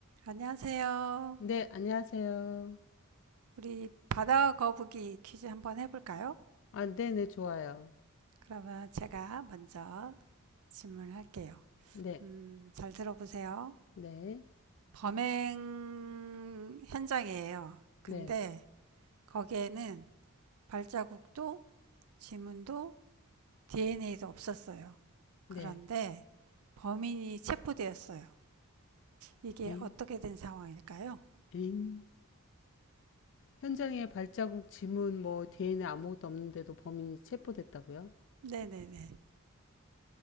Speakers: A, on the right; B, on the left.
A: 안녕하세요.
B: 네, 안녕하세요.
A: 우리 바다 거북이 퀴즈 한번 해볼까요?
B: 아, 네, 네, 좋아요.
A: 그러면 제가 먼저 질문을 할게요.
B: 네,
A: 음, 잘 들어보세요.
B: 네,
A: 범행 현장이에요. 근데
B: 네,
A: 거기에는 발자국도 지문도 DNA도 없었어요.
B: 네.
A: 그런데 범인이 체포되었어요. 이게
B: 잉,
A: 어떻게 된 상황일까요?
B: 잉. 현장에 발자국, 지문, 뭐, DNA 아무것도 없는데도 범인이 체포됐다고요?
A: 네네네.